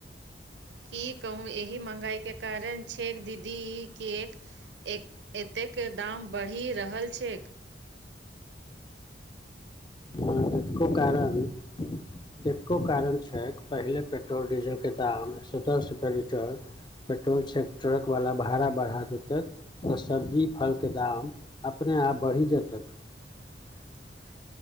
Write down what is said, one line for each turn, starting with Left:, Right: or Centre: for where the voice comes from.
Right: की कहू एहि महगाई के कारण छैेक दीदी केक ए एतेक दाम बढ़ि रहल छै
Left: हँ त खूब कारर अभ <unintelligible> केतको कारण छैक पहिले पेट्रोल डीजलके दाम सतरह रूपय लीटर पेट्रोल सेक्ट्रक वाला भाड़ा बढ़ा देतै तऽ सब्जी फल के दाम अपने आब बढ़ी जेतक
Right: <inaudible>